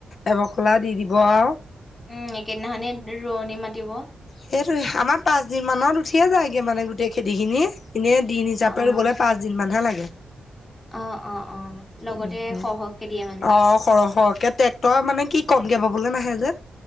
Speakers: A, on the left; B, on the left.
A: এবখলা দি দিব আও
B: উম একেইদিনে খনিয়ে ৰোৱনী মাতিব
A: সেইটো আমাৰ পাঁচ দিন মানত উঠিয়ে যায়গে মানে গোটেই খেতিখিনি এনে দিন হিচাপে
B: অ
A: ৰুবলে পাঁচ দিন মানহে লাগে
B: অ অ অ লগতে
A: অ
B: সৰহ সৰহকে দিয়ে মানে
A: সৰহ সৰহকে ট্ৰেক তই মানে কি কমকে বাবলে নাহে যে